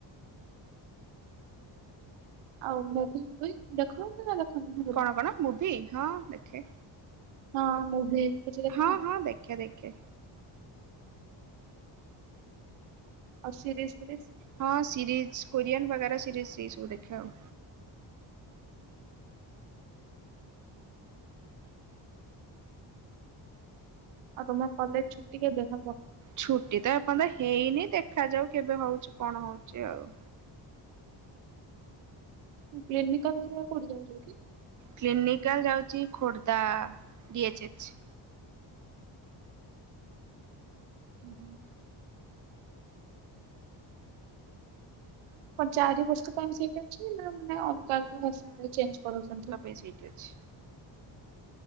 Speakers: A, on the right; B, on the right.
A: ଆଉ ମୁଭି ଫୁଭି ଦେଖ ନା ଦେଖନି ସେଗୁଡା?
B: କଣ କଣ ମୁଭି ହଁ ଦେଖେ।
A: ହଁ ମୁଭି କିଛି ଦେଖ
B: ହଁ ହଁ ଦେଖେ ଦେଖେ।
A: ଆଉ ଶିରିଜ ସିରିଜ୍
B: ହଁ ସିରିଜ୍ କୋରିଆନ୍ ବଗେରା ସିରିଜ୍ ସେଇ ସବୁ ଦେଖେ ଆଉ।
A: ଆଉ ତୁମେ କଲେଜ୍ ଛୁଟି କେବେ ହବ?
B: ଛୁଟି ତ ଏପନ୍ତ ହେଇନି ଦେଖାଯାଉ କେବେ ହୋଉଚି କଣ ହୋଉଚି ଆଉ।
A: କ୍ଲିନିକଲ୍ ରା କୋଉଠି ଯାଉଚ କି?
B: କ୍ଲିନିକାଲ୍ ଯାଉଛି ଖୋର୍ଦ୍ଧା ଡି-ଏଚ୍-ଏଚ୍।
A: ହୁଁ ହୁଁ। କଁ ଚାରି ବର୍ଷ ପାଇଁ ସେଇି ଅଛି ନା ମାନେ ଅଲ୍ଗା ଅଲଗା ହସ୍ପିଟାଲ୍ ଚେଞ୍ଜ୍ କରୋଉଛନ୍ତି।
B: ଏ ସେଇଠି ଅଛି।